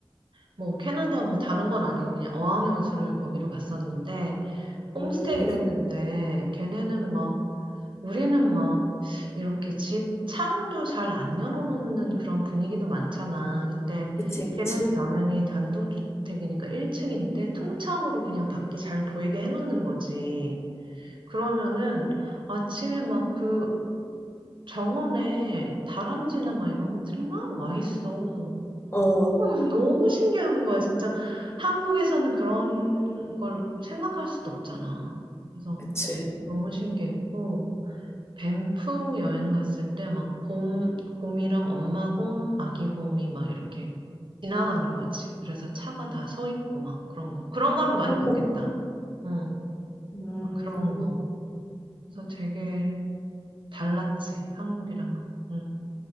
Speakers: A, on the right; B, on the left.
A: 뭐 캐나다 뭐 다른 건 아니고 그냥 어학연수를 거기로 갔었는데, 홈스테이를
B: 음,
A: 했는데, 걔네는 막, 우리는 막 이렇게 집 창도 잘 안 열어놓는 그런 분위기도 많잖아. 근데
B: 그치, 그치.
A: 걔네는 당연히 단독주택이니까 1층인데 통창으로 그냥 밖이 잘 보이게 해놓는 거지. 그러면은 아침에 막그 정원에 다람쥐나 막 이런 것들이 막 와 있어.
B: 어,
A: 어, 너무 신기한 거야, 진짜. 한국에서는 그런 걸 생각할 수도 없잖아. 그래서
B: 그치.
A: 너무 신기했고, 밴프 여행 갔을 때 막 곰, 곰이랑 엄마 곰, 아기 곰이 막 이렇게 지나가는 거지. 그래서 차가 다 서 있고 막 그런 거. 그런 거는 많이
B: 오.
A: 봤겠다. 응,
B: 음,
A: 막 그런 거. 그래서 되게 달랐지, 한국이랑은. 응.